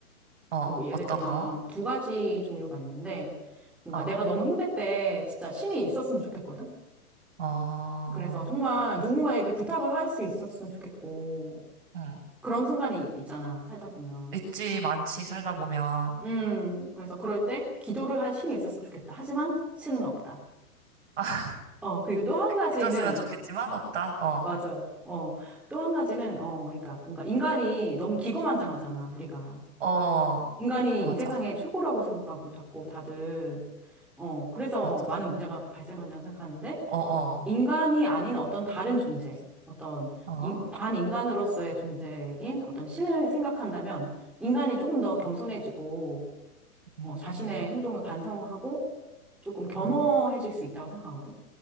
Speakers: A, on the right; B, in the centre.
A: 어,
B: 어, 예를
A: 어떤
B: 들면
A: 거?
B: 두 가지 종류가 있는데 뭔가
A: 어,
B: 내가 너무 힘들 때 진짜 신이 있었으면 좋겠거든?
A: 어,
B: 그래서 정말 누군가에게 부탁을 할 수 있었으면 좋겠고
A: 응.
B: 그런 순간이 있잖아, 살다 보면.
A: 있지, 많지, 살다 보면.
B: 음, 그래서 그럴 때 기도를 할 신이 있었으면 좋겠다. 하지만 신은 없다.
A: <laughs>
B: 어, 그리고 또 한 가지는
A: 있었으면 좋겠지만 없다. 어.
B: 맞아. 어. 또 한 가지는, 어, 그러니까 뭔가 인간이 너무 기고만장하잖아, 우리가.
A: 어,
B: 인간이
A: 맞아,
B: 이 세상의 최고라고 생각하고 자꾸 다들, 어, 그래서
A: 맞아.
B: 많은 문제가 발생한다고 생각하는데,
A: 어, 어,
B: 인간이 아닌 어떤 다른 존재, 어떤
A: 어,
B: 인- 반인간으로서의 존재인 어떤 신을 생각한다면, 인간이 조금 더 겸손해지고,
A: 음,
B: 어, 자신의 행동을 반성하고, 조금 겸허해질
A: 어,
B: 수 있다고 생각하거든.